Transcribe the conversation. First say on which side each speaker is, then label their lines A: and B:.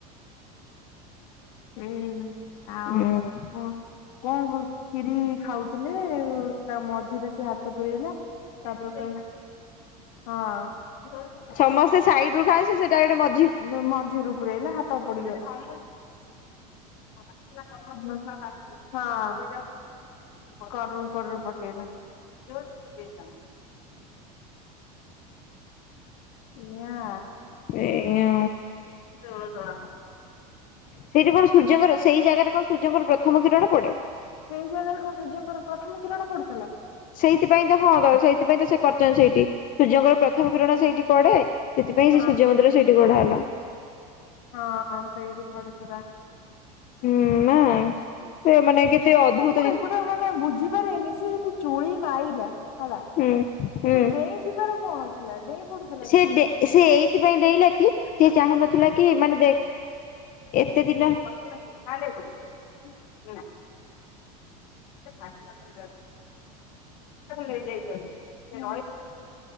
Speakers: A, on the left; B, on the left.
A: ସେଇ ଆଉ
B: ହୁଁ
A: କୁଣ କଣ କ କ୍ଷୀରି ଖାଉଥିଲେ ତା ମଝିରେ ସେ ହାତ ପୁରଇଲା। <unintelligible> ହଁ <unintelligible>
B: ସମସ୍ତେ ସାଇଡ ରୁ ଖାଏ ସେ ସେ ଡାଇରେକ୍ଟ ମ
A: ଯୋଉ ମଝିରୁ ପୁରେଇଲା ହାତ ପୋଡ଼ିଗଲା। <unintelligible> ହଁ କରରୁ କରରୁ ପକେଇଲା। ଏଆ
B: ସେୟା
A: ଦେଉଳ ତୁଳା କା
B: ସେଇଠି କଣ ସୂର୍ଯ୍ୟଙ୍କର ସେଇ ଜାଗାରେ କଣ ସୂର୍ଯ୍ୟଙ୍କର ପ୍ରଥମ କିରଣ ପଡେ?
A: ସେଇ ଜାଗାରେ କଣ ସୂର୍ଯ୍ୟଙ୍କର ପ୍ରଥମ କିରଣ ପଡୁଥିଲା?
B: ସେଇଥିପାଇଁ ତ ହଁ ସେଇଥିପାଇଁ ତ ସେ କରିଛନ୍ତି ସେଇଠି, ସୂର୍ଯ୍ୟଙ୍କର ପ୍ରଥମ କିରଣ ସେଇଠି ପଢେ। ସେଥିପାଇଁ
A: ହଁ
B: ସେ ସୂର୍ଯ୍ୟ ମନ୍ଦିର ସେଇଠି ଗଢ଼ା ହେଲା।
A: ହଁ ସେଇଠି ପଡୁଥିଲା।
B: ହୁଁ ନା ସେ ମାନେ କେତେ ଅଦଭୁତ
A: ମୁଁ ଏ ଗୋଟେ ମାନେ ବୁଝିପାରନି ସେ ଯଦି ଚୁଳି ମାଇଲା ହେଲା।
B: ହୁଁ। ହୁଁ।
A: ସେ ଡେଇଁ ଯିବାର କଣ ଥିଲା, ଡେଇଁ ପଡୁଥିଲା
B: ସେ
A: କେମିତି?
B: ଡେ ସେ ଏଇଥିପାଇଁ ଡେଇଁଲା କି ସେ
A: ଆଉ
B: ଚାହୁଁ ନଥିଲା କି ମାନେ ଦେ ଏତେ ଦିନ
A: <unintelligible> ଆଖରଟାକୁ ନେଇଯାଇଛନ୍ତି। ଓ